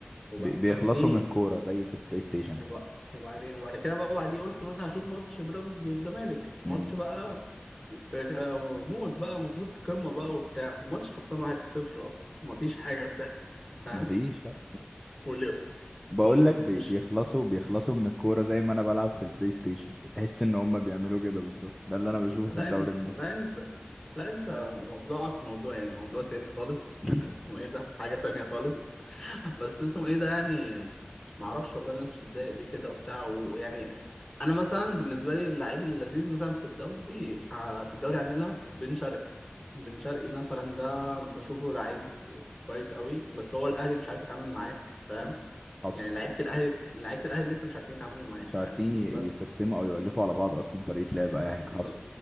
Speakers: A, on the left (about 20°); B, in the centre.
A: وبقى
B: بي- بيخلصوا
A: طب ليه
B: من الكورة زي في البلاي ستيشن
A: وبقى
B: كده
A: وبعدين وبعد كده بقى بعدين قلت مثلا هشوف ماتش بيراميدز والزمالك ماتش
B: امم
A: بقى آه، موت بقى المفروض قمه بقى وبتاع الماتش خلصان 1-0 اصلا مفيش حاجه بتحصل فاهم
B: مفيش لا
A: واللي
B: بقول
A: ومش
B: لك بي- بيخلصوا بيخلصوا من الكورة زي ما انا بلعب في البلاي ستيشن كده تحس ان هم بيعملوا كده بالظبط ده اللي انا بشوفه
A: لا
B: في الدوري
A: إن-
B: المصري
A: لا انت لا انت موضوعك موضوع يعني موضوع تاني خالص
B: <laughs>
A: <laughs> اسمه ايه ده حاجة تانية خالص <laughs> بس اسمه ايه ده يعني معرفش والله الناس بتتضايق ليه كده وبتاع و- ويعني انا مثلا بالنسبة لي اللعيب اللذيذ مثلا في الدوري ع- في الدوري عندنا بن شرقي بن شرقي مثلا ده بشوفه لعيب كويس قوي بس هو الاهلي مش عارف يتعامل معاه فاهم
B: حصل
A: يعني لعيبة الاهلي لعيبة الاهلي لسه مش عارفين يتعاملوا معاه
B: مش عارفين
A: فاهم
B: ي-
A: بس
B: يسيستموا او يولفوا على بعض اصلا طريقة لعب اي حاجة
A: ب-
B: حصل